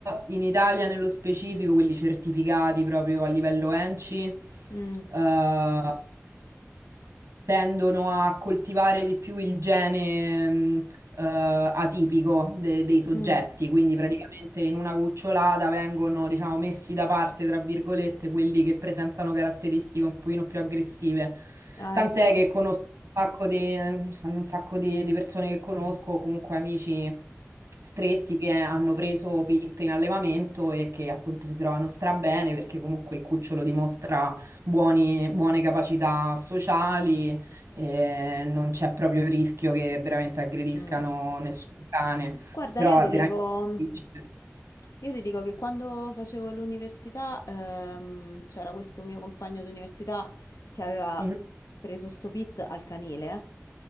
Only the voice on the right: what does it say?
in Italia nello specifico, quelli certificati proprio a livello ENCI,
eh, tendono a coltivare di più il gene mh, eh, atipico de- dei soggetti,
quindi praticamente in una cucciolata vengono, diciamo, messi da parte, tra virgolette, quelli che presentano caratteristiche un pochino più aggressive.
Tant'è
che conosco un sacco di, ci stanno un sacco di, di persone che conosco, comunque amici stretti che hanno preso Pitt in allevamento e che appunto si trovano strabene perché comunque il cucciolo dimostra buoni- buone capacità sociali, eh, non c'è proprio il rischio che veramente aggrediscano
nessun cane,
però
è veramente
difficile.
Mhm.